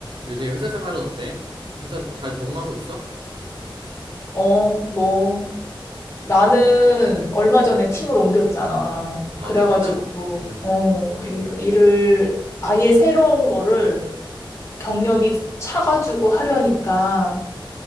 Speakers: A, on the right (about 65°); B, on the left (about 30°).
A: 요새 회사 생활은 어때? 회사 잘 적응하고 있어?
B: 어, 뭐, 나는 얼마 전에 팀을 옮겼잖아.
A: 아,
B: 그래가지고,
A: 진짜? 음.
B: 어, 일, 일을 아예 새로운 거를 경력이 차가지고 하려니까